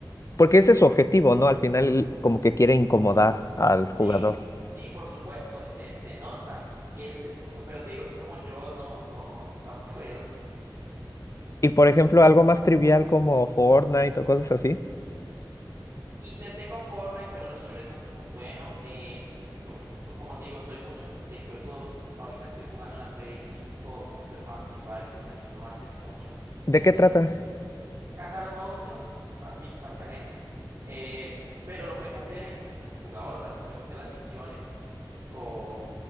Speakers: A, on the left (about 40°); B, on the right (about 45°).
A: porque ese es su objetivo, ¿no? Al final como que quiere incomodar al
B: sí,
A: jugador.
B: sí, por supuesto, se, se nota que ese es el punto, pero te digo que como yo no, no, <laughs> no puedo.
A: Y por ejemplo, algo más trivial como Fortnite o cosas así.
B: Intenté con Fortnite, pero los shooters no soy muy bueno. Eh, sí, fui por- fue- como te digo, soy mucho de juego. Ahorita estoy jugando en la Play cinco Monster Hunter Wilds, que salió no hace mucho.
A: ¿De
B: Entonces,
A: qué trata?
B: cazar monstruos, basti- básicamente. eh, pero lo puedes hacer en multijugador, o sea, tú puedes hacer las misiones con,